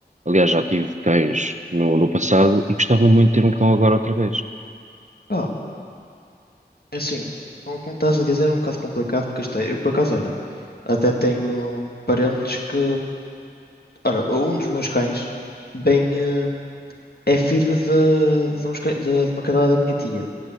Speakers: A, on the right; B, on the left.
A: Aliás, já tive cães no, no passado e gostava muito de ter um cão agora outra vez.
B: Ah, É Assim, como como estás a dizer, é um bocado complicado porque isto é, eu por acaso, olha, até tenho parentes que. Ora, um dos meus cães bem, eh, é filho de, de, uns cã- de- de uma cadela da minha tia.